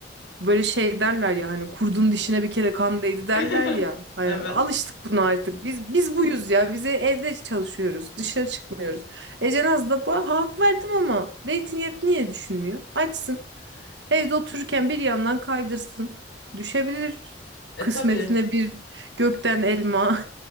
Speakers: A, on the right (about 75°); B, on the left (about 90°).
A: Böyle şey derler ya hani kurdun dişine bir kere kan değdi derler
B: <laughs>
A: ya. Hani
B: Evet.
A: alıştık buna artık. Biz biz buyuz ya. Bize evde çalışıyoruz. Dışarı çıkmıyoruz. Ece Naz da bu hak verdim ama dating app niye düşünmüyor? Açsın. Evde otururken bir yandan kaydırsın. Düşebilir
B: E
A: kısmetine
B: tabii.
A: bir gökten elma.